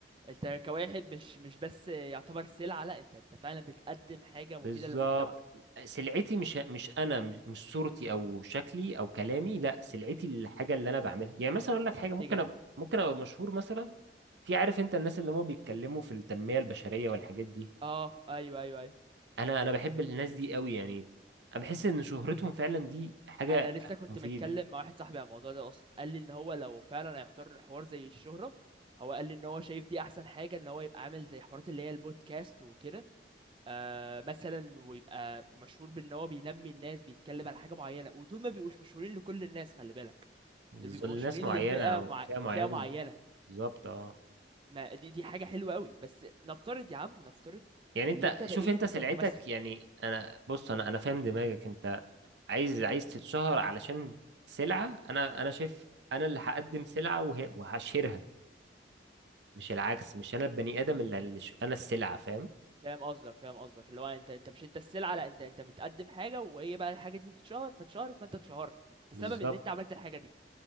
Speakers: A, on the right (about 30°); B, on the right (about 75°).
A: انت كواحد مش مش بس يعتبر سلعه لا انت انت فعلا بتقدم حاجه
B: بالظبط
A: مفيده للمجتمع
B: سلعتي مش مش انا مش صورتي او شكلي او كلامي لا سلعتي الحاجه اللي انا بعملها يعني مثلا اقول لك
A: بتتجه
B: حاجه ممكن أب... ممكن ابقى مشهور مثلا في عارف انت الناس اللي هم بيتكلموا في التنميه البشريه والحاجات دي
A: اه ايوه ايوه ايوه
B: انا انا بحب الناس دي قوي يعني انا بحس ان شهرتهم فعلا دي حاجه
A: انا لسه كنت
B: مفيده
A: متكلم مع واحد صاحبي عن الموضوع ده اصلا قال لي ان هو لو فعلا هيختار الحوار زي الشهرة هو قال لي ان هو شايف دي احسن حاجة ان هو يبقى عامل زي حوارات اللي هي البودكاست وكده آه مثلا ويبقى مشهور بان هو بينمي الناس بيتكلم على حاجة معينة ودول ما بيبقوش مشهورين لكل الناس خلي بالك
B: بالظبط
A: دول بيبقوا
B: لناس
A: مشهورين
B: معينه
A: لفئة
B: او
A: مع...
B: فئه معينه
A: فئة
B: بز-
A: معينة
B: بالظبط اه
A: ما دي دي حاجة حلوة قوي بس نفترض يا عم نفترض
B: يعني
A: اللي
B: انت
A: انت بقيت
B: شوف انت سلعتك
A: ممثل
B: يعني انا بص انا انا فاهم دماغك انت عايز
A: مم.
B: عايز تتشهر علشان سلعة انا انا شايف انا اللي هقدم سلعة وه- وهشيرها مش العكس مش انا البني ادم اللي اللي ش- انا السلعة فاهم
A: فاهم قصدك فاهم قصدك اللي هو انت انت مش انت السلعه لا انت انت متقدم حاجه وهي بقى الحاجه دي تتشهر فاتشهرت فانت اتشهرت بسبب
B: بالظبط
A: ان انت عملت الحاجه دي